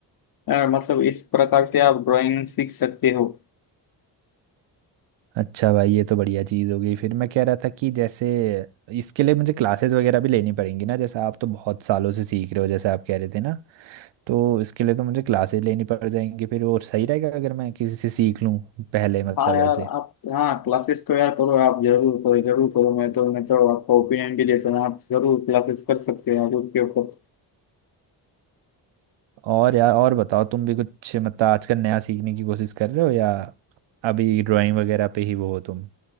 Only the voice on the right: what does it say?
अच्छा भाई ये तो बढ़िया चीज़ हो गई फिर मैं कह रहा था कि जैसे इसके लिए मुझे क्लासेस वगैरह भी लेनी पड़ेंगी ना जैसे आप तो बहुत सालों से सीख रहे हो जैसे आप कह रहे थे ना तो इसके लिए तो मुझे क्लासेस लेनी पड़ जाएंगी फिर और सही रहेगा अगर मैं किसी से सीख लूँ पहले मतलब
ऐसे
और यार और बताओ तुम भी कुछ मतलब आजकल नया सीखने की कोशिश कर रहे हो या अभी ड्राइंग वगैरह पे ही वो हो तुम